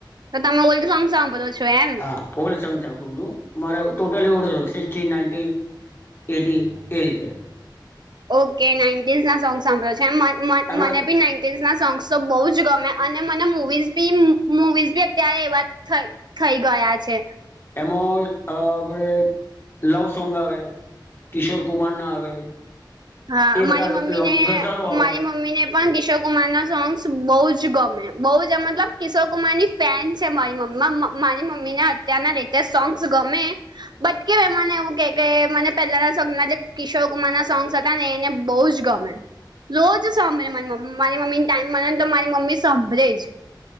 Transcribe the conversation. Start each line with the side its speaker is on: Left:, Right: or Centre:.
Right: તો તમે ઓલ્ડ સોંગ સાંભો છો એમ
Left: હા મારે ટોટલવ ના એટી એ રીતે
Right: ઓકે નાઇન્ટીઝ ના સોંગ સાંભળ્યો છે
Left: એમાં
Right: મને બી ના ના સોંગ્સ તો બહુ જ ગમે અને મને મવીઝ બી મુવીઝ બી અત્યારે એવા થઈ. થઈ ગયા છે.
Left: એમાં અ આપડે લવ સોંગ આવે કિશોર કુમાર ના આવે
Right: હા
Left: એ
Right: મારી
Left: બધા
Right: મમ્મી ને
Left: ગઝલો આવે
Right: મારી મમ્મી ને પણ કિશોર કુમાર ના સોંગ્સ બહુ જ ગમે બહ જ મતલબ કિશોર કુમાર ની ફેન છે મારી મમ્મી મારી મમ્મી ને અત્યારના લીધ સોંગ્સ ગમે બટ કેય મને એવું કે કે મને પેલાના સોંગ ના જે કિશોર કુમાર ના સોંગ ને એને બહુ જ ગમે રોજ સાભળે મારીમ્મ મારી મમ્મી ટાઈમ મળ ને તો મારી મમ્મી સાંભળે જ